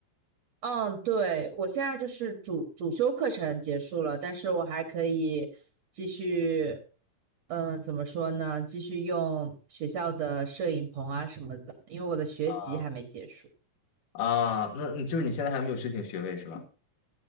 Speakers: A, on the right; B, on the left.
A: 嗯，对，我现在就是主主修课程结束了，但是我还可以继续，嗯，怎么说呢？继续用学校的摄影棚啊什么的，因为我的学籍还没结束。
B: 啊啊，那就是你现在还没有申请学位是吧？